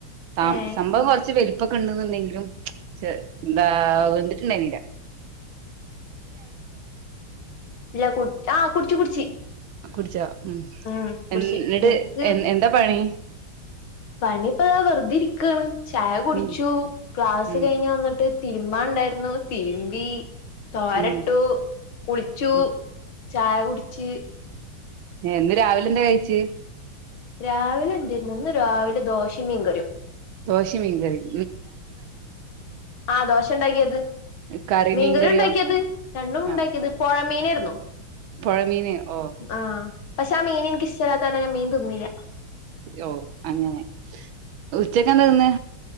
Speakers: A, on the right; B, on the left.
A: സ
B: ഏഹ്
A: സംഭവം കുറച്ച് വെൽ പ്പൊക്കെണ്ട് ന്ന് ൻ ടെങ്കിലും ന്ത വെന്തിട്ടുണ്ടനില്ല
B: ഇല്ല കുട് ആഹ് കുടിച്ചു കുടിച്ച്
A: കുടിചോ ഉ
B: ഉം കുടിച്ച്
A: എ എന്നിട്
B: ഇൻക്ക്
A: എ എന്താ പണി
B: പണിപ്പതാ വെറുതെ ഇരിക്കാണ് ചായ കുടിച്ചു
A: ഉം
B: ക്ലാസ്
A: ഉം
B: കഴിഞ്ഞ് വന്നിട്ട് തിര് തിരുമ്പാൻ ണ്ടായിരുന്നു തിരുമ്പി തോരട്ടു
A: ഉം
B: കുളിച്ചു
A: ഉം
B: ചായ കുടിച്ച്
A: ഇന്ന് രാവിലെ എന്താ കഴിച്ച്
B: രാവിലെ എന്തായിന്ന് രാവിലെ ദോശയും മീൻകറിം
A: ദോഷിംമീൻകറി യും
B: ആ ദോഷ ഉണ്ടാക്കിയത്
A: കറി
B: മീൻകറി
A: മീൻകറിയോ
B: ഉണ്ടാക്കിയത് രണ്ടും ഉണ്ടാക്കിയത്
A: ആഹ്
B: പുഴമീന ർന്ന്
A: പുഴമീന് ഓ
B: ആ പക്ഷെ ആ മീനിൻക് ഇഷ്ടല്ലാത്തകാരണം മീൻ തിന്നില
A: ഓ അങ്ങനെ ഉച്ചക് എന്തെ തിന്ന്